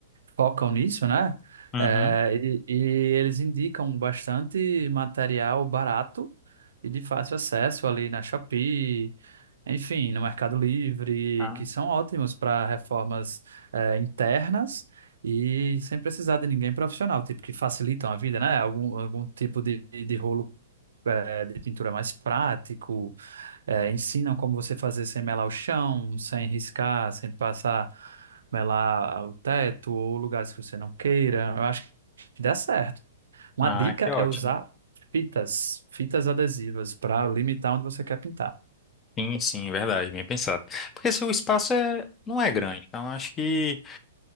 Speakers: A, on the right (about 85°); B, on the left (about 20°).
A: focam nisso, né?
B: Uhum.
A: É, e, e eles indicam bastante material barato e de fácil acesso ali na Shopee enfim, no Mercado Livre,
B: Ah,
A: que são ótimos para reformas eh, internas e sem precisar de ninguém profissional, tipo, que facilitam a vida, né? Algum, algum tipo de, de rolo eh, de pintura mais prático, eh, ensinam como você fazer sem melar o chão, sem riscar, sem passar, melar o teto ou lugares que você não queira. Eu acho que dá certo. Uma
B: ah,
A: dica
B: que ótimo.
A: é usar fitas, fitas adesivas para limitar onde você quer pintar.
B: Sim, sim, verdade, bem pensado. Porque se o espaço é, não é grande, então acho que